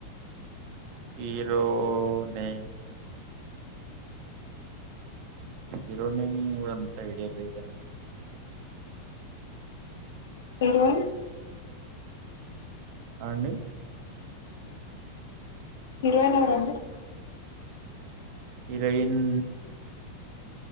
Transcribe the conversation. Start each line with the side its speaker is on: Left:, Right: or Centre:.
Right: Hero.. name hero name అంత ఐడియా లేదం
Left: పరువా
Right: ఆ అండి.
Left: హీరోయిన్ <inaudible>
Right: హీరోయిన్